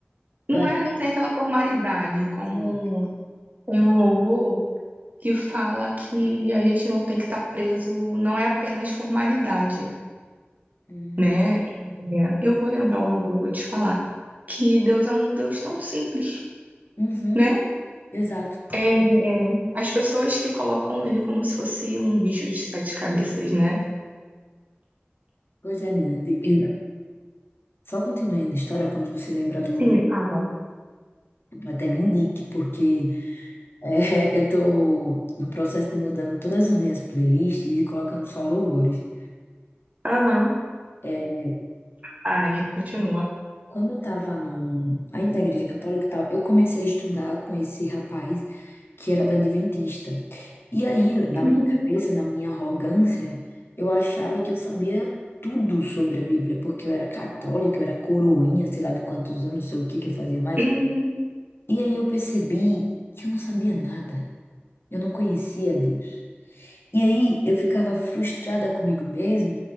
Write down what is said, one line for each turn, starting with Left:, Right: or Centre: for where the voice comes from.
Right: Não
Left: Eu acho
Right: é,
Left: que
Right: não tem aquela formalidade, como
Left: Uhum.
Right: tem um louvor que fala que a gente não tem que estar preso, não é apenas formalidade,
Left: Uhum.
Right: né? É, eu vou lembrar o louvor, vou te falar, que Deus é um Deus tão simples,
Left: Uhum.
Right: né?
Left: Exato.
Right: É, as pessoas que colocam ele como se fosse um bicho de sete cabeças, né?
Left: Pois é, menina. De- e Só continuando a história, quando você lembrar do louvor,
Right: Sim, fala.
Left: até me indique, porque é, <laughs> eu tô no processo de mudando todas as minhas playlists e colocando só louvores.
Right: Aham.
Left: É,
Right: Ah, ele continua.
Left: Quando eu tava num, aí na igreja católica e tal, eu comecei a estudar com esse rapaz que era da Adventista. E aí, na
Right: Uhum.
Left: minha cabeça, na minha arrogância, eu achava que eu sabia tudo sobre a Bíblia, porque eu era católica, eu era coroinha, sei lá de quantos anos, não sei o que que eu fazia mais.
Right: Uhum.
Left: E aí eu percebi que eu não sabia nada. Eu não conhecia Deus. E aí eu ficava frustrada comigo mesma,